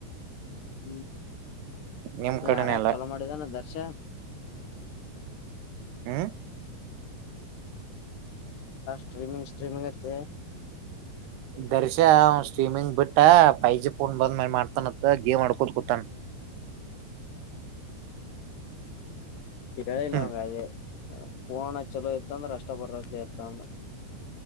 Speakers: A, on the left; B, on the right.
A: ಹ್ಮ್
B: ನಿಮ್ ಕಡೆನೆ
A: ಹಡಾಗ
B: ಎಲ್ಲ
A: ಚಲೋ ಮಾಡಿದಾನ ದರ್ಶ
B: ಹ್ಮ
A: ಸ್ಟ್ರಿಮಿಂಗ್ ಸ್ಟ್ರಿಮಿಂಗ್ ಇತ್ತ
B: ದರ್ಶ ಸ್ಟ್ರೀಮಿಂಗ್ ಬಿಟ್ಟ ಪೈಜಿ ಪಫೋನ್ ಬಂದ್ ಮ ಮಾಡ್ತಾನತ್ತ ಗೇಮ್ ಆಡ್ಕೋತ್ ಕುೂತಾನ
A: ಎಳನಂಗ
B: ಹ್ಮ್
A: ಅ ಪೋಣ ಚಲೋ ಇತ್ತ ಅಂದ್ರೆ ಅಷ್ಟ ಬರ್ತ್ ಇತ್ತಂದ್ರ